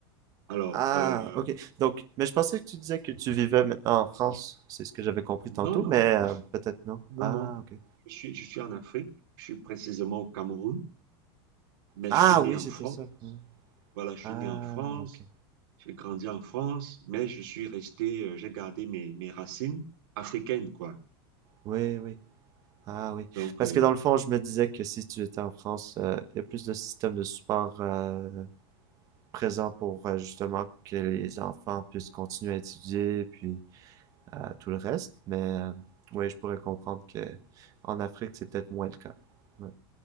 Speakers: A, on the right; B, on the right.
A: alors
B: Ah,
A: euh,
B: OK. Donc, mais je pensais que tu disais que tu vivais maintenant en France. C'est ce que j'avais compris tantôt,
A: non, non,
B: mais euh, peut-être non.
A: non,
B: Ah,
A: non.
B: OK.
A: Je suis, je suis en Afrique, je suis précisément au Cameroun, mais
B: Ah
A: je suis né
B: oui,
A: en
B: c'était
A: France.
B: ça. Ouais.
A: Voilà, je
B: Ah,
A: suis né en France.
B: OK.
A: J'ai grandi en France, mais je suis resté, euh, j'ai gardé mes, mes racines africaines, quoi.
B: Oui, oui. Ah oui.
A: Donc,
B: Parce
A: euh,
B: que dans le fond, je me disais que si tu étais en France, euh, il y a plus de systèmes de support euh, présents pour euh, justement que les enfants puissent continuer à étudier, puis à tout le reste, mais euh, ouais, je pourrais comprendre que en Afrique, c'est peut-être moins le cas. Ouais.